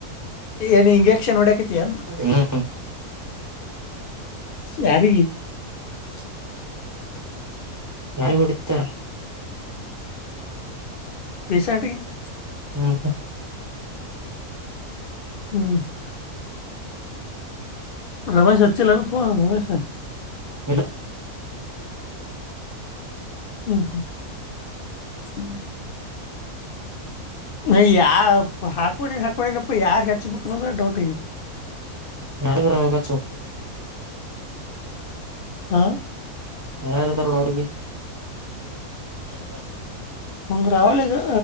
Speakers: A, on the left; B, on the right.
A: ನ ಇಂಜೆಕ್ಷನ್ ಉಡಾಕತಿಿಯ.
B: ಹ್ಮ್
A: ಯಾರೀ.
B: <unintelligible> ಯಾರ ಹೊಡತಾರ.
A: ಪಸೆಂಟ್ಗೆ <unintelligible>
B: ಹಾ-ತ
A: ಹ್ಮ್ ರಮೇಶ್ ಅಚ್ಚಲ್ಲ -ಪ- ರಮೇಶ್.
B: ಇಲ್ಲ
A: ಹ್ಮ್- ಹ್ಮ್- ನ -ಯಾ -ಹಾಕೊಡಿನ ಹಾಕೊಡಿನಪ್ಪ ಯಾರ್ ಹೆಚ್ಬೇಕದ ಡೌಟ್.
B: ಯಾರದಾಗ ಹೆಚ್ಚು.
A: ಹಾ
B: ಯಾರ ತಾರೋಣ ಅವ್ರಿಗೆ. ಎ-
A: ಹಂಗ ರಾವಳಿಗೆ